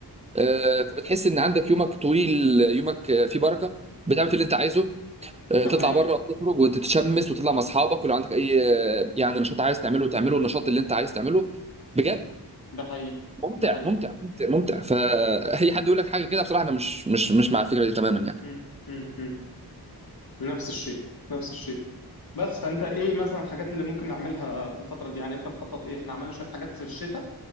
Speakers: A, on the right; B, on the left.
A: آه، فبتحس ان عندك يومك طويل يومك آه، فيه بركه بتعمل في اللي انت عايزه آه،
B: ده
A: تطلع
B: حقيقي
A: بره تخرج وتتشمس وتطلع مع اصحابك ولو عندك اي آه، يعني نشاط عايز تعمله تعمله النشاط اللي انت عايز تعمله بجد
B: ده حقيقي
A: ممتع
B: ده حقيقي
A: ممتع ممتع ممتع فاي حد يقول لك حاجه كده بصراحه انا مش مش مش مع الفكره دي تماما يعني
B: مم. مم. مم. نفس الشيء نفس الشيء بس فانت ايه مثلا الحاجات اللي ممكن نعملها في الفتره دي يعني انت مخطط ايه احنا عملنا شويه حاجات في الشتاء